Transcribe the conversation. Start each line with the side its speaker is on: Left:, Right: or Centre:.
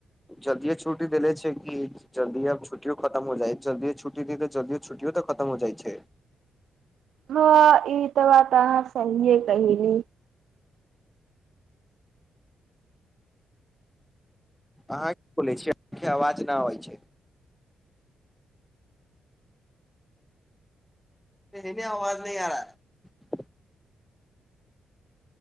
Centre: जल्दिए छुट्टी देले छै कि जल्दी आब छुट्टियो खतम हो जाइ जल्दिए छुट्टी द त जल्दियो छुट्टियो तऽ खतम हो जाइ छै
Right: हँ ई त वात तह सहिए कहेली।
Centre: अहाँ की- बोलै छियै अ-के आवाज ना आबइ छै? टी-में आवाज नहि आ रआ।